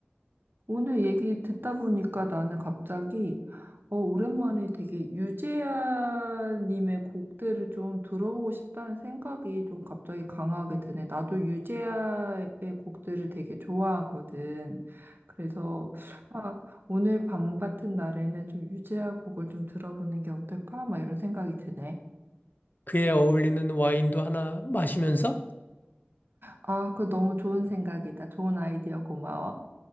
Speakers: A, on the right; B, on the left.
A: 오늘 얘기 듣다 보니까 나는 갑자기, 어, 오랜만에 되게 유재하님의 곡들을 좀 들어보고 싶다는 생각이 좀 갑자기 강하게 드네. 나도 유재하의 곡들을 되게 좋아하거든. 그래서, 아, 오늘 밤 같은 날에는 좀 유재하 곡을 좀 들어보는 게 어떨까? 막 이런 생각이 드네.
B: 그에 어울리는 와인도 하나 마시면서
A: 아, 그거 너무 좋은 생각이다. 좋은 아이디어 고마워.